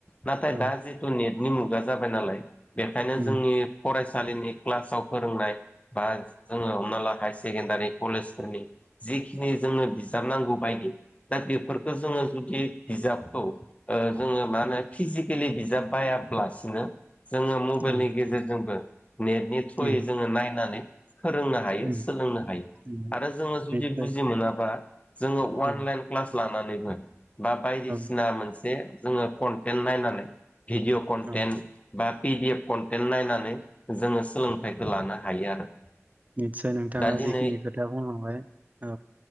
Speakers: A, on the left (about 25°); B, on the right (about 30°).
A: नाथाय
B: औ
A: दा जिथु नेटनि मुगा जाबाय नालाय बेखायनो
B: उम
A: जोंनि फरायसा फरायसालिनि क्लासाव फोरोंनाय बा जोङो हमना ला हायार सेकेण्डारि कलेजफोरनि जिखिनि जोङो बिजाबनांगौ बायदि दा बेफोरखौ जोङो जुदि बिजाबखौ ओ जोङो मा होनो फिजिकेलि बिजाब बाया लासिनो जोङो मबाइलनि
B: औ
A: गेजेरजोंबो नेटनि थ्रुयै
B: उम
A: जोङो नायनानै फोरोंनो हायो
B: उम
A: सोलोंनो हायो
B: नंगौ
A: आरो जोङो जुदि
B: निस्सय
A: बुजि मोनाबा जोङो अनलाइन
B: औ
A: क्लास लानानैबो बा बायदिसिना
B: औ
A: मोनसे जोङो कन्टेन्ट नायनानै भिडिय' कन्टेन्ट
B: औ
A: बा पिडि एफ कन्टेन्ट नायनानै जोङो सोलोंथाइखौ लानो हायो आरो।
B: निस्सय नोंथाङा
A: दा दिनै
B: जिखिनि खोथा बुंलांबाय औ